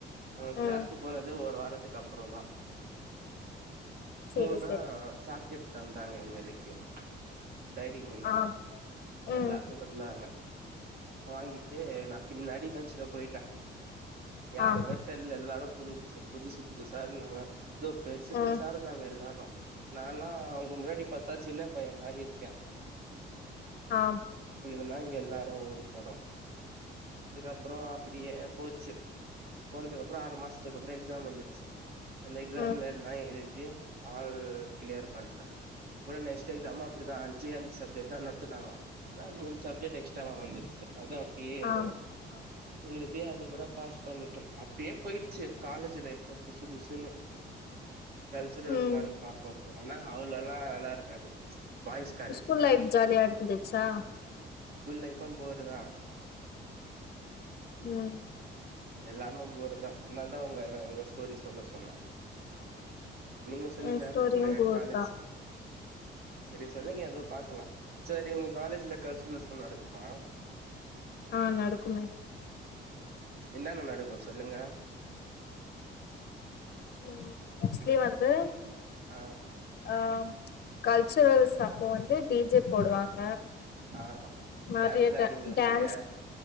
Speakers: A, on the right (about 50°); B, on the left (about 55°).
A: அங்க கிளாஸ்கு
B: ம்
A: போனது ஒரு வாரம் துக்கு அப்புறம் தா போனா
B: சரி சரி
A: ச த்த தந்தாங்க எங்களுக்கு டைரி மில்க்
B: ஆ ம்
A: எல்லாருக்கு கொந்தாங்க வாங்கிட்டு நா பின்னாடி பேன்ச்சல போயிட்டே யாருமே
B: ஆம்
A: தெர்ல எல்லாரு புதுஸ் புதுஸ் புதுஸ் ச இருந்தாங்க இதோ பெருசு
B: ம்
A: பெருசா இருந்தாங்க எல்லாரு நான்ல்லா அவங்க முன்னாடி பாத்தா சின்ன பைய மாறி இருக்கே
B: ஆஹ்
A: <unintelligible> எல்லாரு ஒருத்தரும் அதுக்கப்புறோ அப்டியே போச்சு போனதுக்குப்புறோ ஆறு மாசத்துக்கு அப்புறோ எக்ஸாம் வந்துடுச்சு அந்த எக்ஸாம்ல
B: ம்
A: எல்லா எழுதி ஆல் கிளியர் பண் அ அப்பற நைஸ் எக்ஸாமு அப்டிதா அஞ்சு அஞ்சு சப்ஜெட் தா நடத்துனாங்கா எ மூணு சஜெக்ட் எக்ஸ்ட்ராவா வந்துருச்சு அது அப்டியே எழுதனு
B: ஆம்
A: எழுதி அத கூட பாஸ் பண்ணிட்ட அப்டியே போயிடுச்சு காலேஜ் லைஃப் புசு புசுன்னு கல்ச்சரல்ஸ்
B: ம்
A: நடக்கு அப்பப் ஆனா அவளலெல்லா நல்லா இருக்காது பாய்ஸ் காலேஜ்ல
B: ஸ்கூல் லைஃப் ஜாலியா இருந்துச்சா
A: ஸ்கூல் லைப்பு போருதா
B: ம்
A: எல்லாமே போருதா அன்னால தா உங்க எல்ல உங்க ஸ்டோரி சொல்ல சொன்ன நீங்க சொல்லுங்க
B: என் ஸ்டோரியு
A: உங்க
B: போர்
A: காலேஜ்
B: தா
A: சரி சொல்லுங்க ஏதோ பாக்கலா சரி ஒங்க காலேஜ்ல கல்ச்சுரல்ஸ்லா நடக்குமா
B: ஆ நடக்குமே
A: என்னன்ன நடக்கு சொல்லுங்க
B: ம் மோஸ்ட்லி வந்து
A: ஆ
B: ஆம் கல்ச்சுரல்ஸ் அப்போ வந்து டிஜே போடுவாங்க
A: ஆ
B: மாிய
A: டான்ஸ்லா
B: ட
A: ஆடுவீங்களா
B: டான்ஸ்
A: நீங்க